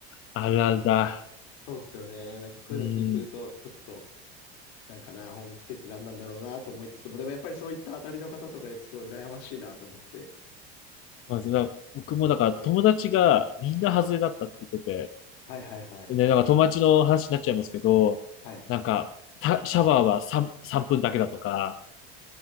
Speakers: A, on the left; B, on the left.
A: あ、あるあるだ。
B: <laughs> そうっすよね。なんかそういうの聞いてると、
A: うん。
B: ちょっと、なんかな、ホームステイって何なんだろうなと思いつつも、でもやっぱりそういった当たりの方とかいるとすごい羨ましいなと思って。
A: そうですね。なんか僕もだから友達がみんな外れだったって言ってて、
B: はいはいはい。
A: ね、なんか友達の話になっちゃいますけど、
B: はい。
A: なんか、た、シャワーは3、3分だけだとか、